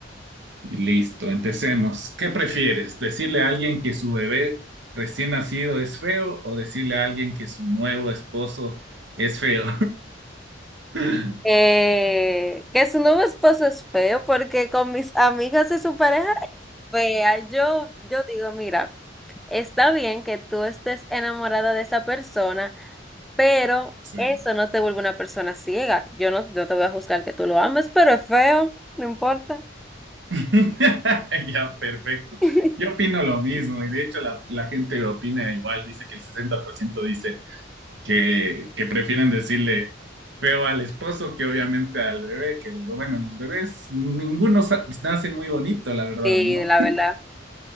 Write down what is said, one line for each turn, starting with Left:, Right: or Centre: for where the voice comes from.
Right: Y Listo, empecemos. ¿Qué prefieres? ¿Decirle a alguien que su bebé recién nacido es feo o decirle a alguien que su nuevo esposo es feo? <laughs>
Centre: Eh, que su nuevo esposo es feo porque con mis amigas y su pareja es fea. Yo, yo digo, mira, está bien que tú estés enamorada de esa persona, pero
Right: Sí.
Centre: eso no te vuelve una persona ciega. Yo no, no te voy a juzgar que tú lo ames, pero es feo, no importa.
Right: <laughs> Ya, perfecto.
Centre: <laughs>
Right: Yo opino lo mismo y de hecho la, la gente opina igual, dice que el 60% dice que, que prefieren decirle feo al esposo que obviamente al bebé, que lo bueno, los bebés, ninguno sa- nace muy bonito, la verdad,
Centre: Sí,
Right: ¿no?
Centre: la verdad.